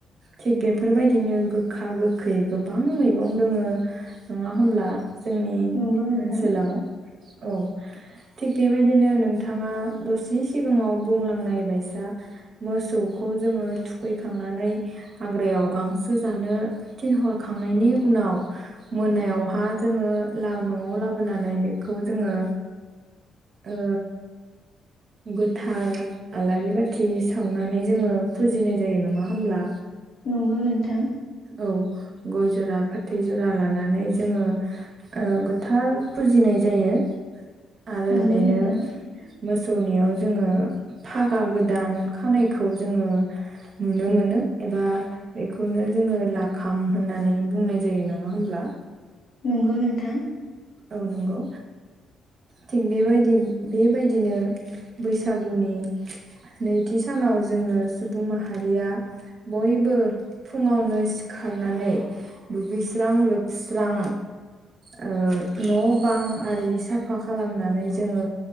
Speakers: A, on the right (about 55°); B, on the left (about 65°).
A: थिग बेफोरबायदिनो गोखा गोखै गोबां मैगं दोङो नङा होमब्ला? जोंनि
B: नंगौ नोंथां
A: ओनसोलाव औ थिग बेबायदिनो नोंथाङा दसे सिगाङाव बुंलांनाय बायसा मोसौख खौ जोङो थुखैखांनानै हाग्रायाव गांसो जानो थिनहरखांनायनि उनाव मोनायावहा जोङो ला नआव लाबोनानै बेखौ जोङो ओ गोथार आलारि बाथि सावनानै जोङो फुजिनाय जायो नङा होमब्ला
B: नंगौ नों थां
A: औ गय जरा फाथै जरा लानानै जोङो ओ गोथार फुजिनाय जायो। आरो
B: नंगौ
A: बेनो
B: नोंथां
A: मोसो मोनायाव जोङो फागा गोदान खानायखौ जोङो नुनो मोनो एबा बेखौनो जोङो लाखाम होननानै बुंनाय जायो नङा होमब्ला?
B: नंगौ नोंथां
A: अ नंगौ थिग बेबायदि बेबायदिनो बैसागुनि नैथि सानाव जोङो सुबुं माहारिया बयबो फुङावनो सिखारनानै दुगैस्रां लोबस्रां ओ न बां आरि साफा खालामनानै जोङो